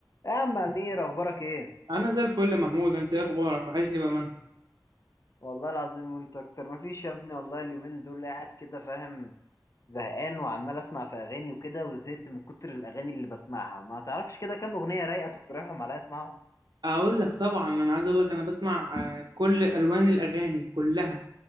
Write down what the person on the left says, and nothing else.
يا عم امير اخبارك ايه
والله العظيم وانت اكتر مفيش يا ابني والله اليومين دول قاعد كده فاهم زهقان وعمال اسمع في اغاني وكده وزهقت من كتر الاغاني اللي بسمعها ما تعرفش كده كام اغنيه رايقه تقترحهم عليا اسمعهم